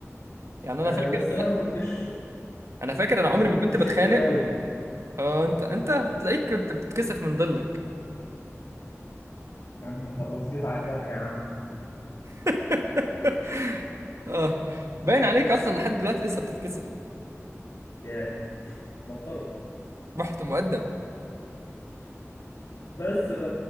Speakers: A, on the right (about 65°); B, on the left (about 80°).
A: يعني انا
B: آه
A: فاكر
B: بس انا
A: انا
B: ما كنتش
A: أنا فاكر انا
B: انا
A: عمري
B: ما
A: ما
B: كنتش
A: كنت بتخانق
B: اجتماعي قوي
A: اه انت انت تلاقيك كنت بتتكسف من ضلك
B: يا عم خلاص جيت على الجرح يا عم
A: <laughs> اه باين عليك اصلا لحد دلوقتي لسه بتتكسف
B: يا محترم
A: رحت مؤدب
B: بس ف